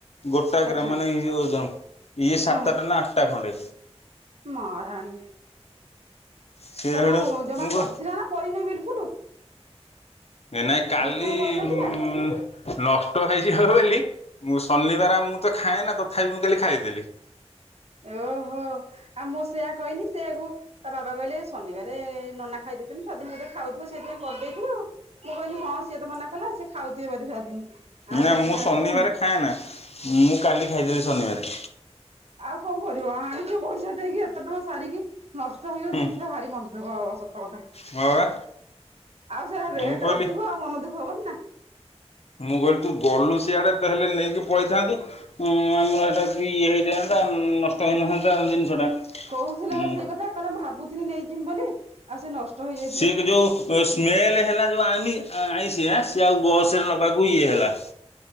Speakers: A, on the left; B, on the right.
A: ଗୋଟା
B: ଆଚ୍ଛା
A: ଗ୍ରାମ ମାନେ ଇ ଇଏ ସାତଟା
B: ହଁ
A: ନା ଆଠଟା ଖଣ୍ଡେ
B: ମାରାଣୀ
A: ସିଏ
B: ତାକୁ
A: ହେଠୁ
B: ଜମା
A: ମୁଁ କ
B: କରିଥିଲା ନା କରିନ ବିଲକୁଲ?
A: ନାଇଁ କାଲି
B: ବିଲକୁଲ
A: ଇ
B: କରିନଥିଲା।
A: ମୁଁ ଉଁ ନଷ୍ଟ ହେଇଯିବ ବୋଲି ମୁଁ ଶନିବାର ମୁଁ ତ ଖାଏନା ତଥାପି ମୁଁ କାଲି ଖାଇଦେଲି।
B: ଓହୋ ଆଉ ମୁଁ ସେଇଆ କହିନି ସେଇଆକୁ ତା ବାବା କହିଲେ ଶନିବାରେ ନନା ଖାଇଦଉଛନ୍ତି ସ୍ୱାଧୀନ ବୋଧେ ଖାଉଥିବ ସେଇଥିପାଇଁ କରିଦେଇଥିବ ଆଉ। ମୁଁ କହିଲି ହଁ ସିଏତ ମନାକଲେ ସିଏ ଖାଉଥିବେ ବଧେ ସ୍ୱାଧୀନ। ଆଉ
A: ନା
B: ଦେଖିଲା
A: ମୁଁ
B: ବେଳକୁ
A: ଶନିବାରେ
B: ହୁଁ
A: ଖାଏନା ମୁଁ କାଲି ଖାଇଦେଲି ଶନିବାରେ।
B: ଆଉ କଣ କରିବ ଆଣିଚ ପଇସା ଦେଇକି ଏତେ ଟଙ୍କା ସାରିକି ନଷ୍ଟ ହେଇଗଲେ
A: ହୁଁ
B: ଜିନିଷଟା ଭାରି ମନ ଦୁଃଖ ହବ ସତ ସତ କଥା
A: ହଁ ବା
B: ଆଉ ସେଟା
A: ମୁଁ
B: ରେଟ
A: କହିଲି
B: ଅଧିକ ଆଉ ମନ ଦୁଖ ହବନି ନା।
A: ମୁଁ କହିଲି ତୁ ଗଲୁ ସିଆଡ଼େ ତ ହେଲେ ନେଇକି ପଳେଇଥାନ୍ତୁ। ହୁଁ ଆମର ହେଟାକୁବି ଇଏ ହେଇଥାନ୍ତା ନଷ୍ଟ ହେଇନଥାନ୍ତା ଜିନିଷଟା।
B: କହୁଥିଲା
A: ହୁଁ
B: ବା ସେଇ କଥା କହିଲା ଭାବୁଥିଲି ନେଇଜିମି ବୋଲି ଆଉ ସେ ନଷ୍ଟ ହେଇଯାଇ
A: ସିଏ ଯଉ ସ୍ମେଲ ହେଲା ଯଉ ଆମି ଆଇଁସିଆ ସିଏ ଆଉ ବସରେ ନେବାକୁ ଇଏ ହେଲା। ହ